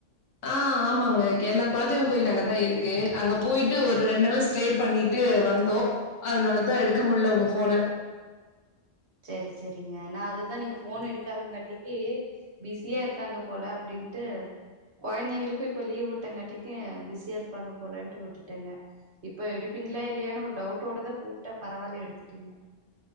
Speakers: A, on the left; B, on the right.
A: ஆ ஆமாங்க கேரளா கொலதெய்வங் கோயில் அங்கதா இருக்கு அங்க போயிட்டு ஒரு ரெண்டு நாள் ஸ்டே பண்ணிட்டு வந்தோ அதனால தா எடுக்க முல்ல உங்க ஃபோன
B: சரி சரிங்க நா அதுதா நீங்க போன் எடுக்காதங்காட்டிக்கு பிஸியா இருக்காங்க போல அப்டின்ட்டு கொழந்தைங்களுக்கும் இப்ப லீவ் விட்டங்காட்டிக்கும் பிஸியா இருப்பாங்க போலன்ட்டு விட்டுட்டங்க இப்ப எடுப்பீங்களா இல்லையானு ஒரு டவுட்டோடதா கூப்பிட்ட பரவாயில்ல எடுத்துட்டீங்க